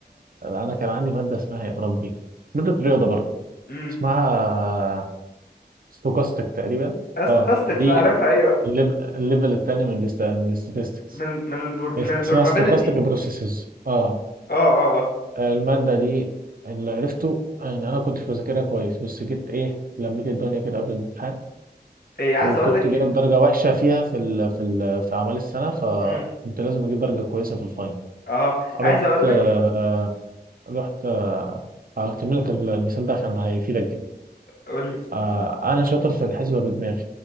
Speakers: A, on the right; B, on the left.
A: انا كان عندي ماده اسمها يا ربي ماده رياضه برضه
B: امم
A: اسمها ستوكاستيك تقريبا
B: استوكاستكس
A: اه دي
B: عارفها ايوه
A: الليف- الليفل التاني من الاست... من الاستاتستكس
B: من من البر...
A: اسمها
B: من البروبابيلتي
A: ستوكاستيك بروسيسز اه
B: اه اه اه
A: المادة دي اللي عرفته يعني أنا كنتش بذاكرها كويس بس جيت إيه لميت الدنيا كده قبل الامتحان
B: ايه عايز
A: وكنت
B: اقول لك
A: جايب درجة وحشة فيها في ال في ال في أعمال السنة فكنت
B: امم
A: لازم أجيب درجة كويسة في الفاينل
B: اه
A: رحت
B: عايز اقول
A: آه،
B: لك
A: رحت آه، هكمل لك المثال ده عشان هيفيدك جدا
B: قول لي
A: آه، أنا شاطر في الحسبة بدماغي